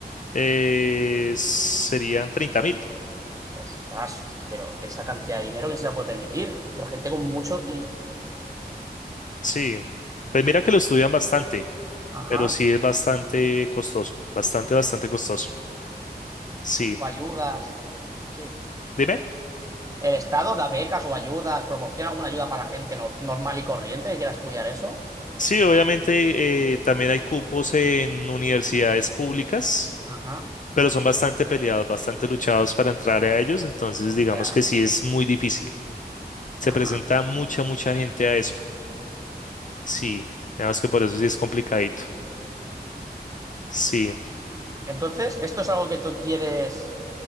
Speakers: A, on the left; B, on the right.
A: eh, serían treinta mil.
B: Ostras, host- pero esa cantidad de dinero, ¿quién se la puede permitir? Pero gente con mucho... mm,
A: Sí, pues mira que lo estudian bastante,
B: Ajá.
A: pero sí es bastante costoso, bastante, bastante costoso. Sí,
B: O ayudas. Sí.
A: dime.
B: ¿El Estado da becas o ayudas? ¿Proporciona alguna ayuda para la gente no- normal y corriente que quiera estudiar eso?
A: Sí, obviamente eh, también hay cupos en universidades públicas,
B: Ajá.
A: pero son bastante peleados, bastante luchados para entrar a ellos, entonces digamos
B: Ya.
A: que sí es muy difícil. Se
B: Ajá.
A: presenta mucha, mucha gente a eso. Sí, digamos que por eso sí es complicadito. Sí.
B: Entonces, esto es algo que tú quieres,